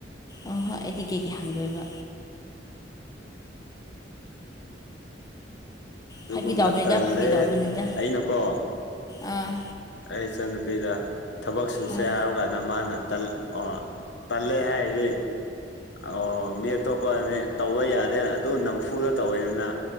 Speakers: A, on the left; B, on the left.
A: ꯑꯣꯏ ꯑꯩꯗꯤ ꯀꯩꯒꯤ ꯍꯪꯗꯣꯏꯕ
B: ꯑꯗꯨꯒꯨꯝꯕ
A: ꯐꯥꯒꯤ ꯇꯧꯕꯅꯤꯗ
B: ꯇꯜꯂꯦ
A: ꯐꯥꯒꯤ ꯇꯧꯕꯅꯤꯗ
B: ꯑꯩꯅꯀꯣ
A: ꯑꯥ
B: ꯑꯩ ꯏꯆꯟꯅꯨꯄꯤꯗ ꯊꯕꯛ ꯁꯨꯁꯦ
A: ꯑꯥ
B: ꯍꯥꯏꯕꯀꯥꯟꯗ ꯃꯥꯅ ꯇꯜ ꯑꯣ ꯇꯜꯂꯦ ꯍꯥꯏꯔꯗꯤ ꯑꯣ ꯃꯤꯠ ꯑꯇꯣꯞꯄꯅꯤ ꯇꯧꯕ ꯌꯥꯔꯦ ꯑꯗꯨ ꯅꯝꯐꯨꯗ ꯇꯧꯋꯦꯗꯅ